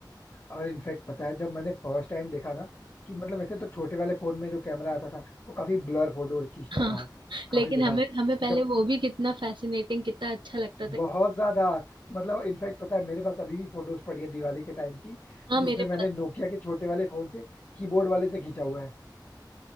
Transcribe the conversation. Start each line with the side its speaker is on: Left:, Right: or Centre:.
Left: और इनफैक्ट पता है जब मैंने फर्स्ट टाइम देखा ना कि मतलब वैसे तो छोटे वाले फोन में जो कैमरा आता था वो काफी ब्लर फोटो खींचता
Right: हाँ
Left: था
Right: <laughs>
Left: काफी
Right: लेकिन
Left: बेकार
Right: हमें हमें पहले
Left: जब
Right: वो भी कितना फैसिनेटिंग कितना अच्छा लगता था
Left: बहुत ज्यादा मतलब इनफैक्ट पता है मेरे पास अभी भी फोटोज पड़ी है दिवाली के टाइम की
Right: हाँ मेरे
Left: जिसमें
Right: पास
Left: मैंने नोकिया के छोटे वाले फोन से कीबोर्ड वाले से खींचा हुआ है